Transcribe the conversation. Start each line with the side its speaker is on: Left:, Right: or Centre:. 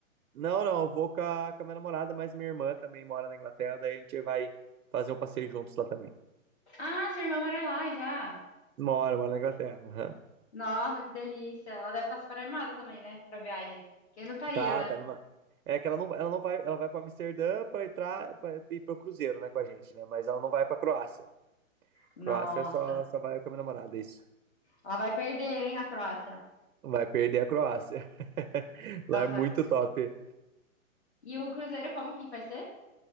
Right: Não, não, eu vou com a, com a minha namorada, mas minha irmã também mora na Inglaterra, daí a gente vai fazer um passeio juntos lá também.
Left: Ah, sua irmã mora lá já.
Right: Mora, mora na Inglaterra. aham.
Left: Nossa, que delícia. Ela deve estar super animada também, né? Pra viagem. Quem não estaria,
Right: Tá,
Left: né?
Right: tá animado. É que ela não, ela não vai, ela vai para Amsterdã para entrar pra, ir pro cruzeiro, né, com a gente, né? Mas ela não vai para Croácia.
Left: Nossa.
Right: Croácia só só vai com a minha namorada, isso.
Left: Ela vai perder, hein, a Croácia.
Right: Vai perder a Croácia. <laughs>
Left: Nossa.
Right: Lá é muito top.
Left: E o cruzeiro, como que vai ser?